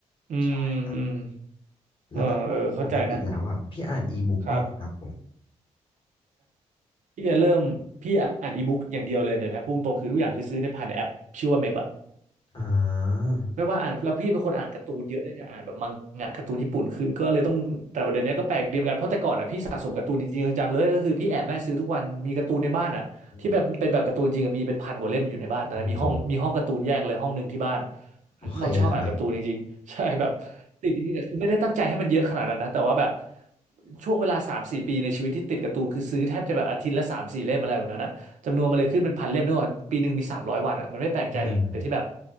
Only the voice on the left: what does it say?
ใช่ครับแล้วแบบปกติแล้วอ่ะพี่อ่านอีบุ๊กบ้างไหมครับผม
อ่า
อืมโอ้โหโอเคครับ
<laughs> อ่า